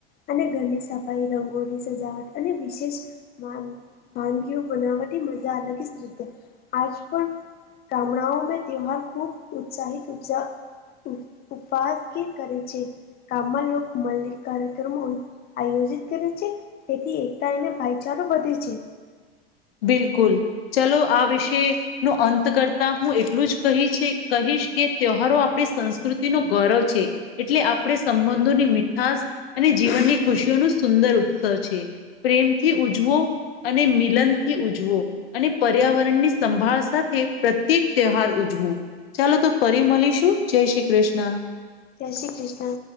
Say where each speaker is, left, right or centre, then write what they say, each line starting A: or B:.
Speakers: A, on the left; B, on the left.
A: અને ઘરની સફાઈ રંગોળી સજાવટ અને વિશેષ વાન વાનગીઓ બનાવાટી મજા અલગી જ રીતે આજ પણ ગામડાઓ મે ત્યવહાર ખૂબ ઉત્સાહિત ઉત્સા ઉ ઉપાસ કે કરે છે, ગામમાં લોક મલ્લી કાર્યક્રમ આયોજિત કરે છે, તેથી એકતા એને ભાઈચારો વધે છે.
B: બિલકુલ ચલો આ વિશે નો અંત કરતા હું એટલું જ કહી છે, કહીશ કે તહેવાારો આપણી સંસ્કૃતિ નો ગૌરવ છે. એટલે આપણે સંબંધોની મીઠાસ અને જીવનની ખુશીઓ નુ સુંદર ઉત્સવ છે. પ્રેમથી ઉજવો અને મિલન થી ઉજવો અને પર્યાવરણની સંભાળ સાથે પ્રત્યેક તહેવાાર ઉજમો ચાલો તો ફરી મલીશું જય શ્રી કૃષ્ણ
A: જય શ્રી કૃષ્ણ